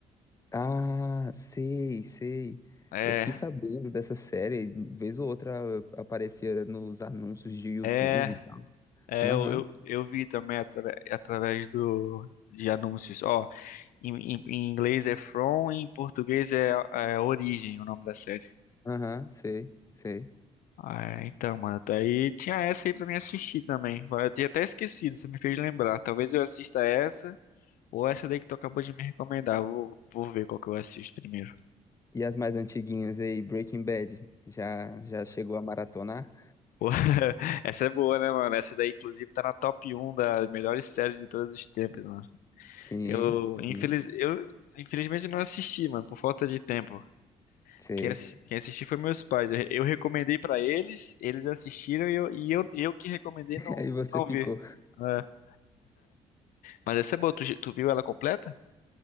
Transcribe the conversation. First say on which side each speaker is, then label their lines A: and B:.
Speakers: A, on the left; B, on the left.
A: Ah, sei, sei.
B: É,
A: Eu fiquei sabendo dessa série, vez ou outra aparecia nos anúncios de YouTube
B: é,
A: e tal.
B: é.
A: Aham,
B: Eu, eu, eu vi também atrave- através do de anúncios. Ó, em, em- em inglês é From, em português é, é Origem, o nome da série.
A: aham, sei, sei.
B: Ah, é, então, mano, daí tinha essa aí pra mim assistir também. Eu tinha até esquecido, você me fez lembrar. Talvez eu assista essa. Ou essa daí que tu acabou de me recomendar. Vou, vou ver qual que eu assisto primeiro.
A: E as mais antiguinhas aí, Breaking Bad, já já chegou a maratonar?
B: Pô, <laughs> Essa é boa, né, mano? Essa daí, inclusive, tá na top um das melhores séries de todos os tempos, mano.
A: Sim,
B: Eu,
A: sim,
B: infeliz... eu infelizmente não assisti, mano, por falta de tempo.
A: sei.
B: Quem, ass- quem assistiu foi meus pais. Eu, eu recomendei pra eles, eles assistiram e eu, e eu, eu que recomendei
A: <laughs>
B: não,
A: Aí você
B: não
A: ficou.
B: vi. É. Mas essa é boa, tu, ge- tu viu ela completa?